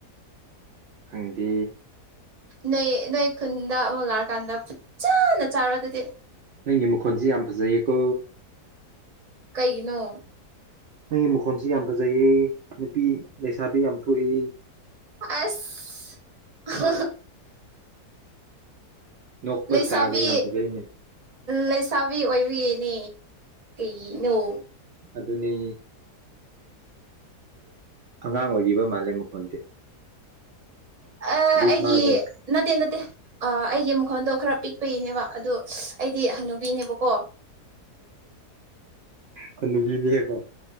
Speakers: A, on the right; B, on the right.
A: ꯐꯪꯗꯦ
B: ꯅꯣꯏ ꯅꯣꯏ ꯈꯨꯟꯗ ꯑꯃꯨꯛ ꯂꯥꯛꯑꯀꯥꯟꯗ ꯐꯖꯅ ꯆꯥꯔꯣ ꯑꯗꯨꯗꯤ
A: ꯅꯪꯒꯤ ꯃꯈꯣꯟꯁꯤ ꯌꯥꯝ ꯐꯖꯩꯌꯦꯀꯣ
B: ꯀꯩꯒꯤꯅꯣ
A: ꯅꯪꯒꯤ ꯃꯈꯣꯟꯁꯤ ꯌꯥꯝ ꯐꯖꯩꯌꯦ ꯅꯨꯄꯤ ꯂꯩꯁꯥꯕꯤ ꯌꯥꯝ ꯊꯣꯛꯏ
B: ꯑꯁ <unintelligible>
A: ꯅꯣꯛꯄ
B: ꯂꯩꯁꯥꯕꯤ
A: ꯏꯁꯇꯥꯏꯜꯒ ꯌꯥꯝ ꯐꯖꯩꯅꯦ
B: ꯂꯩꯁꯥꯕꯤ ꯑꯣꯏꯕꯤꯅꯦ ꯀꯩꯅꯣ
A: ꯑꯗꯨꯅꯤ ꯑꯉꯥꯡ ꯑꯣꯏꯔꯤꯕ ꯃꯥꯜꯂꯦ ꯃꯈꯣꯟꯁꯦ
B: ꯑ ꯑꯩꯒꯤ
A: ꯐꯥꯔꯕꯣ
B: ꯅꯠꯇꯦ ꯅꯠꯇꯦ ꯑꯥ ꯑꯩꯒꯤ ꯃꯈꯣꯟꯗꯣ ꯈꯔ ꯄꯤꯛꯄꯒꯤꯅꯦꯕ ꯑꯗꯣ ꯑꯩꯗꯤ ꯍꯟꯅꯨꯕꯤꯅꯦꯕꯀꯣ
A: ꯍꯟꯅꯨꯕꯤꯅꯦꯕ